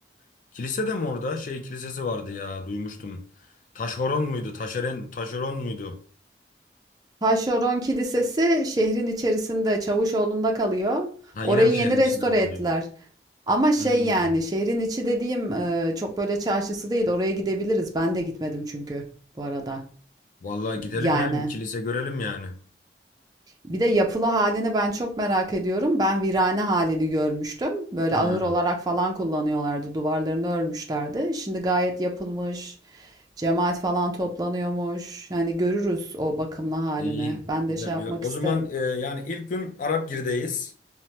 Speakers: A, on the left; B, on the right.
A: e, kilise de mi orada şey kilisesi vardı ya duymuştum. Taşhoron muydu? Taşeren, Taşeron muydu?
B: Taşeron Kilisesi şehrin içerisinde Çavuşoğlu'nda kalıyor.
A: Ha yine
B: Orayı
A: mi
B: yeni
A: şehrin
B: restore
A: içinde kalıyor?
B: ettiler. Ama şey
A: Hmm.
B: yani şehrin içi dediğim eee, çok böyle çarşısı değil. Oraya gidebiliriz. Ben de gitmedim çünkü bu arada.
A: Vallahi gidelim
B: Yani.
A: ya bir kilise görelim yani.
B: Bir de yapılı halini ben çok merak ediyorum. Ben virane halini görmüştüm. Böyle
A: Hmm.
B: ahır olarak falan kullanıyorlardı. Duvarlarını örmüşlerdi. Şimdi gayet yapılmış. Cemaat falan toplanıyormuş. Yani görürüz o bakımlı halini.
A: İyi,
B: Ben
A: Güzel
B: de şey yapmak
A: güzel. O
B: isterim.
A: zaman e, yani ilk gün Arapgir'deyiz.